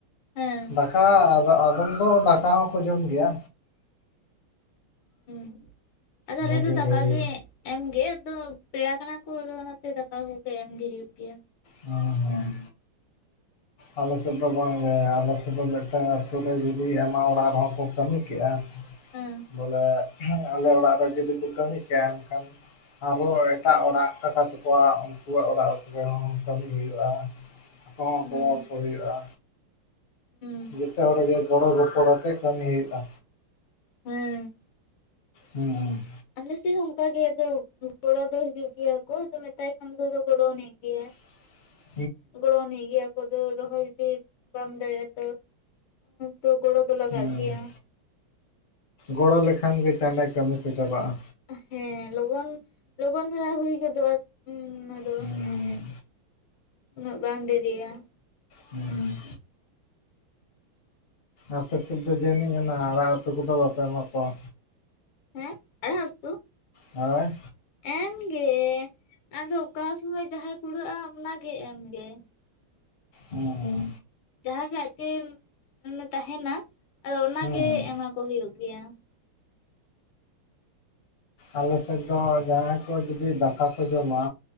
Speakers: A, on the left (about 80°); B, on the left (about 60°).
A: ᱦᱮᱸ
B: ᱫᱟᱠᱟ <unintelligible> ᱡᱚᱢ ᱫᱚ ᱫᱟᱠᱟ ᱦᱚᱸᱠᱚ ᱡᱚᱢ ᱜᱮᱭᱟ᱾
A: ᱦᱩᱸ, ᱟᱫᱚ ᱟᱞᱮ
B: ᱵᱷᱟᱹᱜᱤ
A: ᱫᱚ ᱫᱟᱠᱟ
B: ᱵᱷᱟᱹᱜᱤ
A: ᱜᱮ᱾ ᱮᱢᱜᱮ ᱟᱫᱚ ᱯᱮᱲᱟ ᱠᱟᱱᱟ ᱠᱚ ᱟᱫᱚ ᱚᱱᱟᱛᱮ ᱫᱟᱠᱟ ᱠᱚᱜᱮ ᱮᱢᱜᱮ ᱦᱩᱭᱩᱜ ᱜᱮᱭᱟ᱾
B: ᱦᱮᱸ ᱦᱮᱸ᱾ ᱟᱞᱮ ᱥᱮᱫ ᱫᱚ ᱵᱟᱝᱜᱮ, ᱟᱞᱮ ᱥᱮᱫ ᱫᱚ ᱢᱤᱫᱴᱟᱝ ᱟᱹᱛᱩᱳ ᱨᱮ ᱡᱩᱫᱤ ᱟᱭᱢᱟ ᱚᱲᱟᱜ ᱨᱮᱦᱚᱸ ᱠᱚ ᱠᱟᱹᱢᱤ ᱠᱮᱜ-ᱟ,
A: ᱦᱮᱸ
B: ᱵᱚᱞᱮ ᱟᱞᱮ ᱚᱲᱟᱜ ᱨᱮ ᱡᱩᱫᱤ ᱠᱚ ᱠᱟᱹᱢᱤ ᱠᱮᱭᱟ ᱮᱱᱠᱷᱟᱱ, ᱟᱨᱚ ᱮᱴᱟᱜ ᱚᱲᱟᱜ ᱠᱟᱠᱟ ᱛᱟᱠᱚᱣᱟ ᱩᱱᱠᱩᱣᱟᱜ ᱚᱲᱟᱜ <unintelligible> ᱠᱟᱹᱢᱤ ᱦᱩᱭᱩᱜ-ᱟ ᱩᱝᱠᱩ ᱦᱚᱸ
A: ᱦᱩᱸ
B: ᱜᱚᱲᱚᱣᱟᱠᱚ ᱦᱩᱭᱩᱜ-ᱟ᱾
A: ᱦᱩᱸ᱾
B: ᱡᱚᱛᱚ ᱦᱚᱲ ᱜᱮ ᱜᱚᱲᱚ ᱜᱚᱯᱚᱲᱚ ᱟᱛᱮ ᱠᱟᱹᱢᱤ ᱦᱩᱭᱩᱜ-ᱟ᱾
A: ᱦᱮᱸ᱾
B: ᱦᱩᱸ᱾
A: ᱟᱮᱞ ᱥᱮᱫ ᱦᱚᱸ ᱚᱝᱠᱟ ᱜᱮ ᱟᱫᱚ ᱜᱚᱲᱚ ᱫᱚ ᱦᱤᱡᱩᱜ ᱜᱮᱭᱟ ᱠᱚ᱾ ᱟᱫᱚ ᱢᱮᱛᱟᱭ ᱠᱷᱟᱱ ᱫᱚ ᱟᱫᱚ ᱜᱚᱲᱚ ᱮᱱᱤᱡ ᱜᱮᱭᱟ᱾
B: <inaudible>
A: ᱜᱚᱲᱚ ᱟᱹᱱᱤᱡ ᱜᱮᱭᱟ ᱠᱚ ᱟᱫᱚ ᱨᱚᱦᱚᱭ ᱡᱩᱫᱤ ᱵᱟᱢ ᱫᱟᱲᱮᱜᱼᱟ ᱛᱚ ᱛᱚ ᱜᱚᱲᱚ ᱫᱚ ᱞᱟᱜᱟᱜ
B: ᱦᱩᱸ
A: ᱜᱮᱭᱟ
B: ᱜᱚᱲᱚ ᱞᱮᱠᱷᱟᱱ ᱜᱮ ᱪᱟᱸᱰᱟ ᱠᱟᱹᱢᱤ ᱠᱚ ᱪᱟᱵᱟᱜᱼᱟ
A: ᱦᱮᱸ ᱞᱚᱜᱚᱱ ᱞᱚᱜᱚᱱ ᱫᱷᱟᱨᱟ ᱦᱩᱭ ᱜᱚᱫᱚᱜᱼᱟ ᱚᱱᱟ‌ ᱫᱚ
B: ᱦᱩᱸ
A: ᱩᱱᱟᱹᱜ ᱵᱟᱝ ᱰᱮᱨᱤᱜᱼᱟ
B: ᱦᱮᱸ ᱟᱯᱮ ᱥᱮᱫ ᱫᱚ ᱡᱟᱹᱱᱤᱡ ᱚᱱᱮ ᱟᱲᱟᱜ ᱩᱛᱩ ᱠᱚᱫᱚ ᱵᱟᱯᱮ ᱮᱢᱟ ᱠᱚᱣᱟ
A: ᱮᱸ ᱟᱲᱟᱜ ᱩᱛᱩ
B: ᱦᱳᱭ
A: ᱮᱢᱜᱮ ᱟᱫᱚ ᱚᱠᱟ ᱥᱚᱢᱚᱭ ᱡᱟᱦᱟᱸᱭ ᱠᱩᱲᱟᱹᱜᱼᱟ ᱚᱱᱟ ᱜᱮ ᱮᱢᱜᱮ
B: ᱦᱩᱸ
A: ᱡᱟᱦᱟ ᱜᱮ ᱟᱡᱛᱮᱢ ᱛᱟᱦᱮᱱᱟ ᱟᱫᱚ ᱚᱱᱟᱜᱮ
B: ᱦᱩᱸ
A: ᱮᱢᱟ ᱠᱚ ᱦᱩᱭᱩᱜ ᱜᱮᱭᱟ᱾
B: ᱟᱞᱮ ᱥᱮᱫ ᱫᱚ ᱡᱟᱦᱟᱸᱭ ᱠᱚ ᱡᱩᱫᱤ ᱫᱟᱠᱟ ᱠᱚ ᱡᱚᱢᱟ